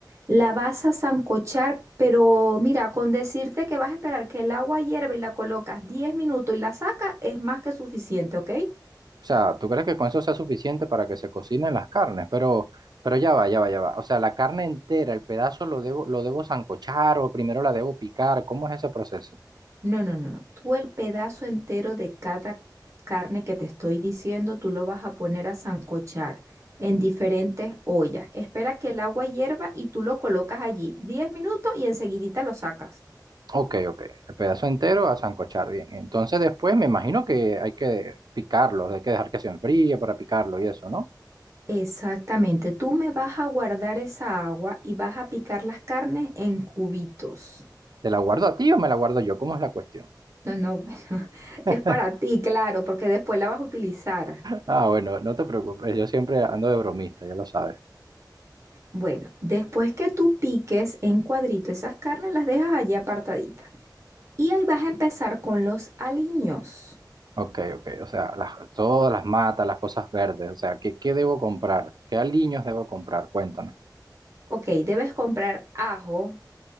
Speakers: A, on the right; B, on the right.
A: la vas a sancochar, pero mira, con decirte que vas a esperar que el agua hierva y la colocas 10 minutos y la sacas es más que suficiente, ¿ok?
B: O sea, ¿tú crees que con eso sea suficiente para que se cocinen las carnes? Pero, pero ya va, ya va, ya va. O sea, la carne entera, el pedazo lo debo, lo debo sancochar o primero la debo picar. ¿Cómo es ese proceso?
A: No, no, no, no. Tú el pedazo entero de cada carne que te estoy diciendo, tú lo vas a poner a sancochar en diferentes ollas. Espera que el agua hierva y tú lo colocas allí 10 minutos y enseguidita lo sacas.
B: Ok, ok. El pedazo entero a sancochar, bien. Entonces después me imagino que hay que picarlo, hay que dejar que se enfríe para picarlo y eso, ¿no?
A: Exactamente. Tú me vas a guardar esa agua y vas a picar las carnes en cubitos.
B: ¿Te la guardo a ti o me la guardo yo? ¿Cómo es la cuestión?
A: No, no, <laughs> bueno,
B: <laughs>
A: es para ti, claro, porque después la vas a utilizar.
B: Ah, bueno, no te preocupes, yo siempre ando de bromista, ya lo sabes.
A: Bueno, después que tú piques en cuadrito esas carnes, las dejas allí apartaditas. Y ahí vas a empezar con los aliños.
B: Ok, ok, o sea, las- todas las matas, las cosas verdes, o sea, ¿qué, qué debo comprar? ¿Qué aliños debo comprar? Cuéntame.
A: Ok, debes comprar ajo,